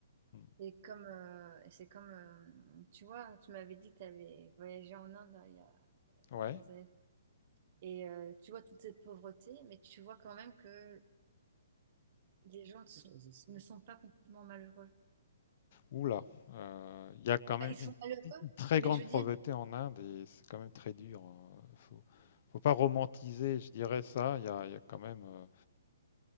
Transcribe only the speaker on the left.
Mm.
Ouais.
Oula, euh, il y a quand même
une,
une très
grande
pauvreté
en Inde et c'est quand même très dur. hein. Faut, faut pas romantiser, je dirais ça. Il y a, il y a quand même, euh,